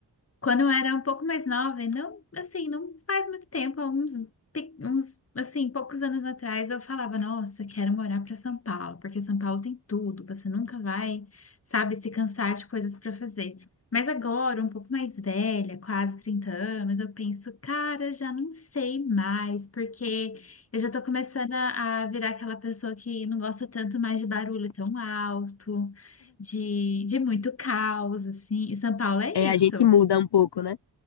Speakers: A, on the left; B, on the left.
A: Quando eu era um pouco mais nova, e não, assim, não faz muito tempo, há uns, pe- uns, assim, poucos anos atrás, eu falava, nossa, quero morar para São Paulo, porque São Paulo tem tudo, você nunca vai, sabe, se cansar de coisas para fazer. Mas agora, um pouco mais velha, quase 30 anos, eu penso, cara, já não sei mais, porque eu já tô começando a a virar aquela pessoa que não gosta tanto mais de barulho tão alto, de, de muito caos, assim, e São Paulo é
B: É,
A: isso.
B: a gente muda um pouco, né?